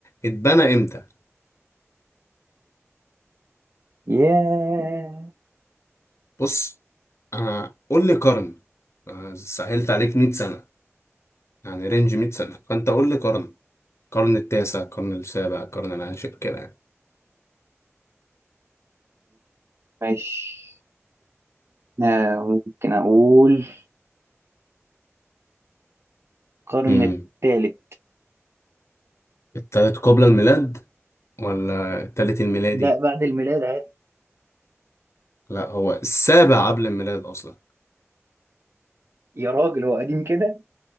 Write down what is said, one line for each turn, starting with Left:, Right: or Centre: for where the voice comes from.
Left: اتبنى امتى
Right: ياه
Left: بص آه قول لي قرن آه سهلت عليك 100 سنة يعني رينج 100 سنة فأنت قول لي قرن قرن التاسع قرن السابع قرن العاشر كده يعني
Right: ماشي آه، ممكن أقول القرن
Left: امم
Right: الثالث
Left: التالت قبل الميلاد ولا التالت الميلادي
Right: لا بعد الميلاد عادي
Left: لا هو السابع قبل الميلاد أصلا
Right: يا راجل هو قديم كده